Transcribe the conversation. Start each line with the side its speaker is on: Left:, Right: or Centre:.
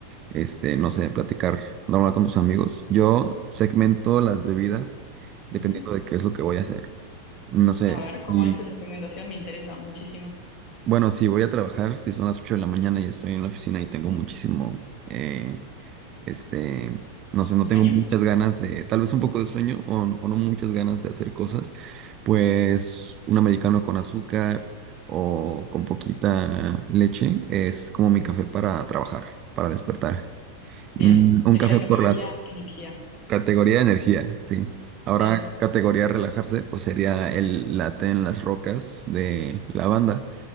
Right: este, no sé, platicar normal con tus amigos. Yo segmento las bebidas dependiendo
Left: Ujú.
Right: de qué es lo que voy a hacer. No sé,
Left: A ver, ¿cómo
Right: y
Left: es esa segmentación? Me interesa muchísimo.
Right: bueno, si voy a trabajar, si son las 8 de la mañana y estoy en la oficina y tengo muchísimo, eh, este, no sé, no
Left: ¿Sueño?
Right: tengo muchas ganas de, tal vez un poco de sueño o, o no muchas ganas de hacer cosas, pues un americano con azúcar o con poquita leche es como mi café para trabajar, para despertar. Mm,
Left: Bien.
Right: Un
Left: Sería
Right: café
Left: la categoría
Right: por la
Left: energía.
Right: Categoría de energía, sí. Ahora,
Left: Bien.
Right: categoría de relajarse, pues sería el late en las rocas de la banda,